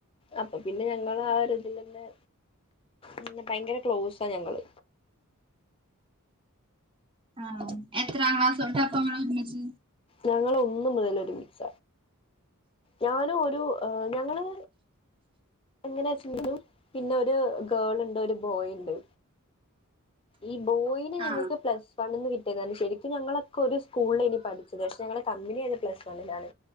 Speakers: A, on the left; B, on the right.
A: അപ്പൊ പിന്നെ ഞങ്ങള് ആ ഒരുതിലന്നെ ഉം ഭയങ്കര ക്ലോസാ ഞങ്ങള്
B: ആ എത്രാം ക്ലാസ്സ്‌ തൊട്ടാ അപ്പൊ നിങ്ങൾ ഒരുമിച്ച്
A: ഞങ്ങള് ഒന്ന് മുതൽ ഒരുമിച്ച ഞാനും ഒരു ഞങ്ങള് എങ്ങന ച്ച് <unintelligible> പിന്നെ ഒരു ഗേൾ ഇണ്ട് ഒരു ബോയ് ഇണ്ട് ഈ ബോയിനെ
B: ആ
A: ഞങ്ങൾക്ക് പ്ലസ് വൺന്ന് കിട്ടിയത ശരി ക്കും ഞങ്ങളൊക്കെ ഒരു സ്കൂളിലേനി പഠിച്ചത് പക്ഷെ ഞങ്ങള് കമ്പനിയായത് പ്ലസ് വണ്ണിലാണ്